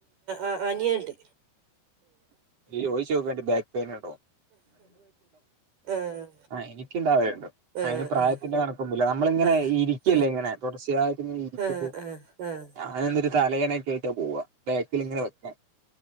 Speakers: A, on the right; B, on the right.
A: ഉ അനിയുണ്ട്
B: ചോയിച്ച്ോക്ക ബാക്ക് പെയിൻ ഉണ്ടോ
A: ആഹ്
B: ആ എനക്ക് ഇണ്ടാവേണ്ട്
A: ആഹ്
B: അതിന് പ്രായത്തിന്റെ
A: ആഹ്
B: കണക്കൊില്ല നമ്മള ഇങ്ങനെ
A: ആഹ്
B: ഇരിക്കല്ലേ
A: ആഹ്
B: ഇങ്ങനെ ായിട്ട് ഇരിക്ക
A: ആഹ് ആഹ് ആഹ്
B: ഞാനൻ എട്ടരു തലയണക്ക പോ ബാക്കിൽ ഇങ്ങനെ വെക്ക